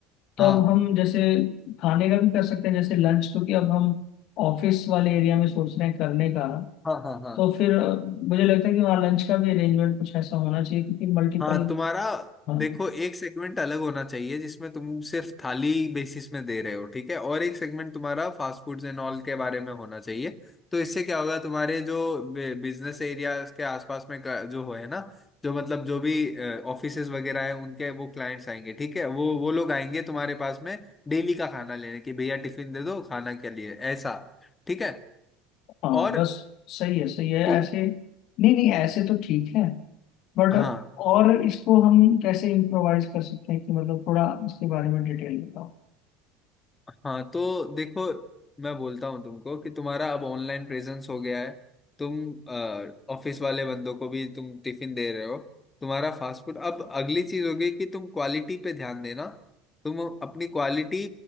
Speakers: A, on the left (about 55°); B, on the left (about 20°).
A: तो
B: हाँ
A: अब हम जैसे खाने का भी कर सकते हैं जैसे लंच क्योंकि अब हम ऑफिस वाले एरिया में सोच रहे हैं करने का
B: हाँ हाँ हाँ हाँ
A: तो फिर अ, मुझे लगता है कि वहाँ लंच का भी अरेंजमेंट कुछ ऐसा होना चाहिए क्योंकि मल्टीपल
B: हाँ तुम्हारा
A: हाँ
B: देखो एक सेगमेंट अलग होना चाहिए जिसमें तुम सिर्फ थाली बेसिस में दे रहे हो ठीक है और एक सेगमेंट तुम्हारा फास्ट फूड्स एंड ऑल के बारे में होना चाहिए तो इससे क्या होगा तुम्हारे जो बिजनेस एरिया के आसपास में का- जो है ना जो मतलब जो भी ऑफिसेज वगैरह हैं उनके वो क्लाइंट्स आएंगे ठीक है वो वो लोग आएंगे तुम्हारे पास में डेली का खाना लेने कि भैया टिफिन दे दो खाना के लिए ऐसा ठीक है
A: हाँ
B: और
A: बस सही है सही है
B: उन
A: ऐसे नहीं नहीं ऐसे तो ठीक है बट
B: हाँ
A: और इसको हम कैसे इम्प्रोवाइज कर सकते हैं कि मतलब थोड़ा इसके बारे में डिटेल बताओ
B: हाँ तो देखो मैं बोलता हूँ तुमको कि तुम्हारा अब ऑनलाइन प्रेजेंस हो गया है तुम ऑफिस वाले बंदों को भी तुम टिफिन दे रहे हो तुम्हारा फास्ट फूड अब अगली चीज होगी कि तुम क्वालिटी पे ध्यान देना तुम अपनी क्वालिटी